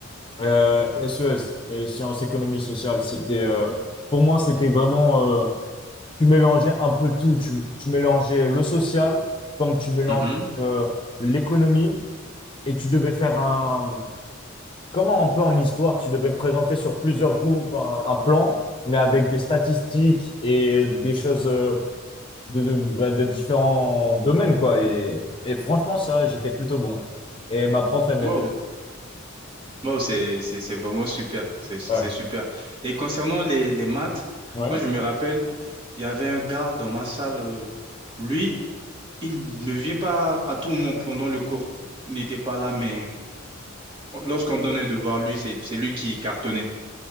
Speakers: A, on the left (about 25°); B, on the right (about 25°).
A: euh, SES, les sciences économie sociale. C'était, euh, pour moi, c'était vraiment, euh, tu mélangeais un peu tout. Tu, tu mélangeais le social, comme tu mélanges
B: Mhm.
A: euh, l'économie, et tu devais faire un, comment un peu en histoire, tu devais présenter sur plusieurs groupes un, un plan, mais avec des statistiques et des choses euh, de, de, bah, de différents domaines, quoi. Et, et franchement, ça, j'étais plutôt bon. Et ma prof, elle m'aimait.
B: Wow, Wow, c'est, c'est, c'est vraiment super. C'est, c'est
A: Ouais.
B: super. Et concernant les, les maths,
A: Ouais.
B: moi, je me rappelle, il y avait un garde dans ma salle. euh, lui, il ne vient pas à tout moment pendant le cours. Il n'était pas là, mais lorsqu'on donnait devoir, lui, c'est, c'est lui qui cartonnait.